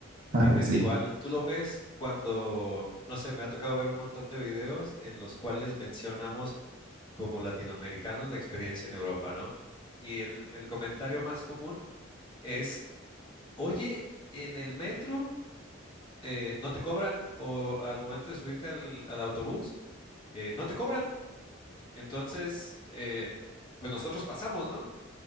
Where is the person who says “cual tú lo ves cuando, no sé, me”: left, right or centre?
Left